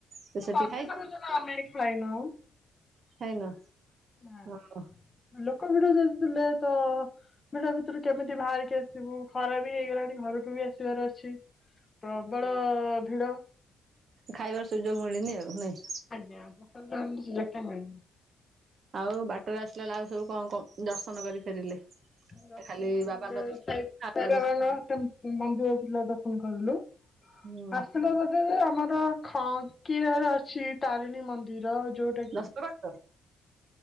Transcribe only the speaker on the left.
ମଧ୍ୟାନ
ଭୋଜନ ଆମେ ଖାଇ ନାହୁଁ।
ନା,
ଲୋକ ଭିଡ଼ ଯେହେତୁ ଥିଲେ ତ ଭିଡ଼ ଭିତରୁ କେମିତି ବାହାରିକି ଆସିବୁ? ଖରା ବି ହେଇଗଲାଣି ଘରକୁ ବି ଆସିବାର ଅଛି। ପ୍ରବଳ ଭିଡ଼।
ଆଜ୍ଞା <unintelligible> ସୁଯୋଗ ଟା ମିଳିନି।
ଦର୍ଶନ
<unintelligible>
ସାଇବାବାଙ୍କ
ମନ୍ଦିର ଥିଲା ଦର୍ଶନ କରିଲୁ।
<unintelligible> ଆମର ଖଙ୍କିରା ରେ ଅଛି ତାରିଣୀ ମନ୍ଦିର ଯୋଉ